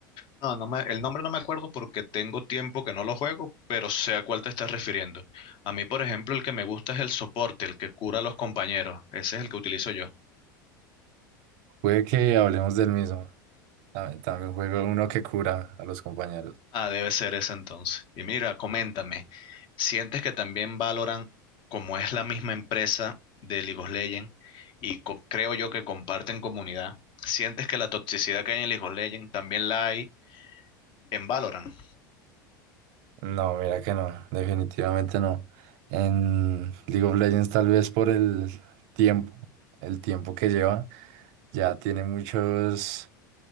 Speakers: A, on the left (about 50°); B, on the right (about 60°).
A: No, no me, el nombre no me acuerdo porque tengo tiempo que no lo juego, pero sé a cuál te estás refiriendo. A mí, por ejemplo, el que me gusta es el soporte, el que cura a los compañeros. Ese es el que utilizo yo.
B: Puede que hablemos del mismo. Tam- También juego uno que cura a los compañeros.
A: Ah, debe ser ese entonces. Y mira, coméntame, ¿sientes que también Valorant, como es la misma empresa de League of Legends, y co- creo yo que comparten comunidad, ¿sientes que la toxicidad que hay en League of Legends también la hay en Valorant?
B: No, mira que no, definitivamente no. En League of Legends tal vez por el tiempo, el tiempo que lleva, ya tiene muchos,